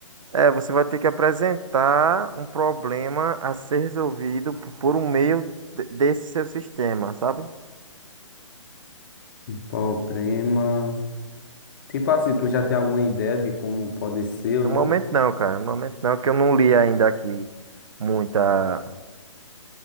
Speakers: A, on the right (about 80°); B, on the left (about 40°).
A: É, você vai ter que apresentar um problema a ser resolvido p- por um meio de- desse seu sistema, sabe?
B: Um problema. Tipo assim, tu já tem alguma ideia de como pode ser
A: No
B: ou não?
A: momento não, cara. No momento não, que eu não li ainda aqui muita